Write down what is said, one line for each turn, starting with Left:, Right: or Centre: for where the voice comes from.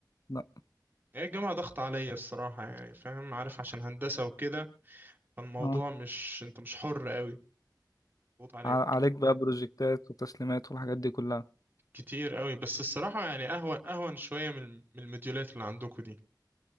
Left: لا
Right: ايه الجامعه ضغط عليا الصراحه يعني فاهم عارف عشان هندسه وكده فالموضوع
Left: اه
Right: مش انت مش حر قوي ضغط عليك
Left: ع- عليك بقى بروجكتات وتسليمات والحاجات دي كلها
Right: كتير قوي بس الصراحه يعني اهون اهون شويه من من المديولات اللي عندكم دي